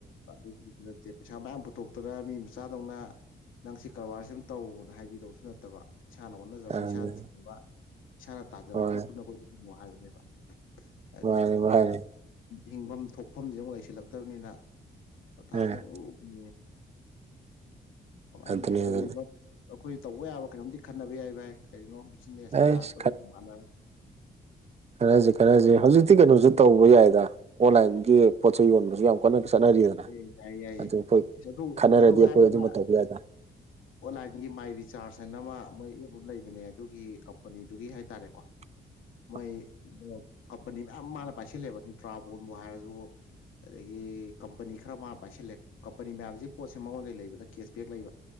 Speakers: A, on the left; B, on the right.
A: ꯑꯗꯨꯁꯨ ꯅꯠꯇꯦ ꯄꯩꯁꯥ ꯃꯌꯥꯝ ꯄꯨꯊꯣꯛꯇꯅ ꯃꯤ ꯃꯆꯥꯗꯧꯅ ꯅꯪ ꯁꯤ ꯀꯔꯕꯥꯔꯁ ꯑꯃ ꯇꯧꯅ ꯍꯥꯏꯕꯤꯗꯕꯁꯨ ꯅꯠꯇꯕ ꯏꯁꯥꯅ ꯍꯣꯠꯅꯖꯕ
B: ꯑꯗꯨꯅꯤ
A: ꯏꯁꯥꯅ ꯊꯤꯕ ꯏꯁꯥꯅ ꯇꯥꯖꯕ
B: ꯍꯣꯏ
A: ꯄꯣꯠꯇꯨꯅ ꯑꯩꯈꯣꯏ ꯍꯥꯏꯕꯅꯦꯕ ꯍꯥꯏꯗꯤ
B: ꯃꯥꯅꯤ ꯃꯥꯅꯤ
A: ꯍꯤꯡꯐꯝ ꯊꯣꯛꯐꯝꯁꯦ ꯑꯃꯨꯛ ꯂꯩꯁꯤꯜꯂꯛꯇꯕꯅꯤꯅ ꯄꯣꯊꯥꯁ
B: ꯑꯥ
A: ꯑꯃꯨꯛꯄꯅꯤꯅꯦ ꯑꯗꯨꯃꯥꯏꯅ
B: ꯑꯗꯨꯅꯤ
A: ꯀꯔꯤꯒꯨꯝꯕ
B: ꯑꯗꯨꯅꯤ
A: ꯑꯩꯈꯣꯏꯁ ꯇꯧꯕ ꯌꯥꯕ ꯀꯩꯅꯣꯝꯗꯤ ꯈꯟꯅꯕ ꯌꯥꯏ ꯚꯥꯏ ꯀꯔꯤꯅꯣ ꯕꯤꯖꯤꯅꯦꯁ
B: ꯑꯩꯁ
A: ꯂꯥꯛ ꯑꯩꯈꯣꯏ ꯃꯥꯟꯅ
B: ꯈꯟꯅꯅꯁꯤ ꯈꯟꯅꯅꯁꯤ ꯍꯧꯖꯤꯛꯇꯤ ꯀꯩꯅꯣꯁꯤꯦ ꯇꯧꯕ ꯌꯥꯏꯗ ꯑꯣꯟꯂꯥꯏꯟꯒꯤ ꯄꯣꯠ ꯆꯩ ꯌꯣꯟꯕꯁꯤꯁꯨ ꯌꯥꯝ ꯅ ꯆꯠꯅꯔꯤꯗꯅ
A: ꯌꯥꯏꯌꯦ ꯌꯥꯏꯌꯦ
B: ꯑꯗꯨ ꯑꯩꯈꯣꯏ
A: ꯑꯁ ꯑꯗꯨ
B: ꯈꯟꯅꯔꯗꯤ
A: ꯑꯗꯨ ꯍꯥꯏꯔꯒ
B: ꯑꯩꯈꯣꯏ ꯑꯗꯨꯃ ꯇꯧꯕ ꯌꯥꯏꯗꯦ
A: ꯑꯣꯟꯂꯥꯏꯟꯒꯤ ꯃꯥꯏ ꯔꯤꯆꯥꯔꯖ ꯍꯥꯏꯅ ꯑꯃ ꯃꯣꯏ ꯑꯦꯞ ꯑꯃ ꯂꯩꯕꯅꯦ ꯑꯗꯨꯒꯤ ꯀꯝꯄꯅꯤꯗꯨꯒꯤ ꯍꯥꯏꯇꯥꯔꯦꯀꯣ
B: <inaudible>
A: ꯃꯣꯏ ꯀꯝꯄꯅꯤ ꯃꯌꯥꯝ ꯃꯥꯅ ꯄꯥꯏꯁꯤꯜꯂꯦꯕꯇ꯭ꯔꯥꯕꯣꯟꯕꯨ ꯍꯥꯏꯔꯁꯨ ꯑꯗꯒꯤ ꯀꯝꯄꯅꯤ ꯈꯔ ꯃꯥꯅ ꯄꯥꯏꯁꯜꯂꯦ ꯀꯝꯄꯅꯤ ꯃꯌꯥꯝꯁꯤꯒꯤ ꯄꯣꯠꯁꯦ ꯃꯉꯣꯟꯗꯩ ꯂꯩꯕꯗ ꯀꯦꯁꯕꯦꯛ ꯂꯩꯕ